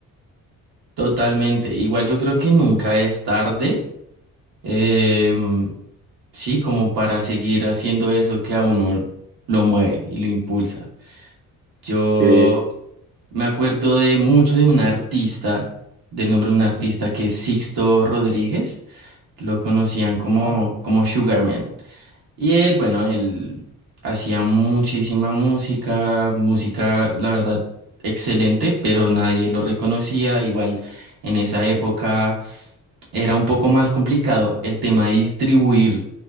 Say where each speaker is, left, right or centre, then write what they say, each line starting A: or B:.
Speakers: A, on the right; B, on the right.
A: Totalmente. Igual yo creo que nunca es tarde. em, sí, como para seguir haciendo eso que a uno lo mueve y lo impulsa. Yo
B: Sí.
A: me acuerdo de mucho de un artista, del nombre de un artista
B: Ujú.
A: que es Sixto Rodríguez. Lo conocían como,
B: Ajá.
A: como Sugarman. Y él, bueno, él hacía muchísima música, música, la verdad, excelente, pero nadie lo reconocía. Igual en esa época era un poco más complicado el tema de distribuir